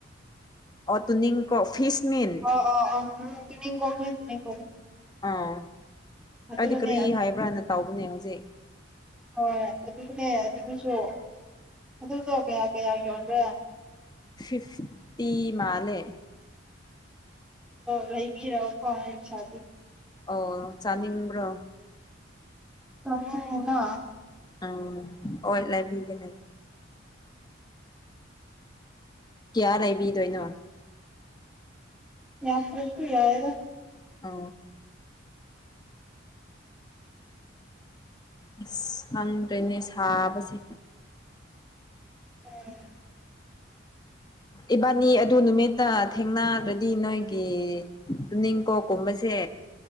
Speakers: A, on the left; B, in the centre.
A: ꯑꯣ ꯇꯨ ꯀꯣ ꯐꯤꯁ ꯃꯤꯟ
B: ꯑꯣ ꯑꯣ ꯑꯣ ꯎꯝ ꯇꯃꯤ ꯀꯧ
A: ꯑꯥ
B: ꯑꯗꯨꯅꯦ
A: ꯍꯥꯏꯗꯤ ꯀꯔꯤ ꯍꯥꯏꯕ꯭ꯔꯥꯅ ꯇꯥꯎꯧꯕꯅꯦ ꯍꯧꯖꯤꯛ
B: ꯍꯣꯏ ꯑꯗꯨꯅꯦ ꯑꯗꯨꯒꯤꯁꯨ ꯑꯗꯨꯗꯣ ꯀꯌꯥ ꯀꯌꯥ ꯌꯣꯟꯒꯦ
A: ꯐꯤꯐꯇꯤ ꯃꯥꯂꯦ
B: ꯔꯍꯤꯕꯤꯔꯣ ꯀꯦ ꯁ
A: ꯑꯣ ꯆꯥꯅꯤꯡꯕ꯭ꯔꯣ
B: ꯆꯔꯅ
A: ꯑꯪ ꯍꯣꯏ ꯂꯩꯕꯤꯒꯦꯅꯦ ꯀꯌꯥꯕꯤꯗꯣꯏꯅꯣ
B: ꯌꯥ ꯐꯁꯁꯨ ꯌꯥꯑꯒ
A: ꯑ ꯑꯁ ꯁꯪꯗ꯭ꯔꯦꯅꯦ ꯁꯥꯕꯁꯦ
B: ꯎꯝ
A: ꯏꯕꯥꯅꯤ ꯑꯗꯨ ꯅꯨꯃꯤꯠꯇ ꯊꯦꯡꯅꯗ꯭ꯔꯗꯤ ꯅꯣꯏꯒꯤ ꯇꯅꯤꯡꯀꯣꯛ ꯀꯨꯝꯕꯁꯦ